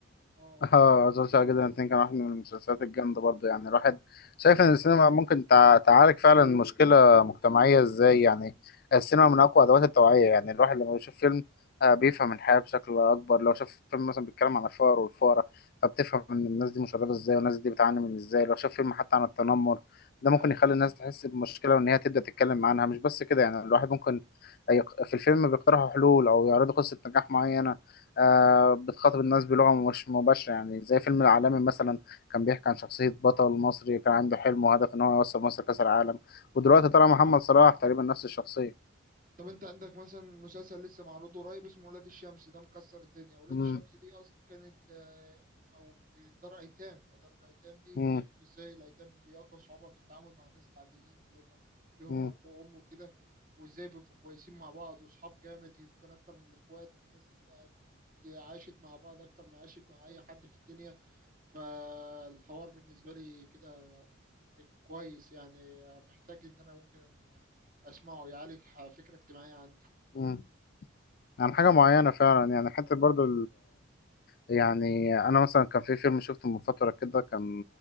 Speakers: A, on the right; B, on the left.
A: اه
B: اه
A: فاهم
B: مسلسل عادل جدا الاتنين كان واحد من المسلسلات الجامدة برضه يعني الواحد شايف ان السينما ممكن تع- تعالج فعلا مشكلة مجتمعية ازاي يعني السينما من اقوى ادوات التوعية يعني الواحد لما بيشوف فيلم آه، بيفهم الحياة بشكل اكبر لو شاف فيلم مثلا بيتكلم عن الفقر والفقراء فبتفهم ان الناس دي مشردة ازاي والناس دي بتعاني من ازاي لو شاف فيلم حتى عن التنمر ده ممكن
A: ايوه
B: يخلي الناس تحس بمشكلة وان هي تبدأ تتكلم عنها مش بس كده يعني الواحد ممكن يق- في الفيلم بيقترحوا حلول او يعرضوا قصة نجاح معينة آه، بتخاطب الناس بلغة مش مباشرة يعني زي فيلم العالمي مثلا كان بيحكي عن شخصية بطل مصري كان عنده حلم وهدف إن هو يوصل مصر كأس العالم ودلوقتي
A: طب
B: طلع محمد صلاح تقريبا نفس الشخصية
A: طب انت عندك مثلا مسلسل لسه معروض قريب اسمه ولاد الشمس ده مكسر الدنيا ولاد
B: مم.
A: الشمس دي اصلا كانت آه، او دار ايتام فدار الايتام دي
B: مم.
A: بيحكوا ازاي الايتام بيواجهوا صعوبة في التعامل مع الناس العاديين اللي هم ليهم
B: مم.
A: اب وام وكده وازاي بيبقوا كويسين مع بعض واصحاب جامد يمكن اكتر من الاخوات ناس عاشت مع بعض اكتر ما عاشت مع اي حد في الدنيا فالحوار بالنسبة لي كده كويس يعني محتاج ان انا ممكن اسمعه يعالج فكرة اجتماعية عندي
B: مم. عن حاجة معينة فعلا يعني حتى برضو يعني انا مثلا كان في فيلم شفته من فتره كده كان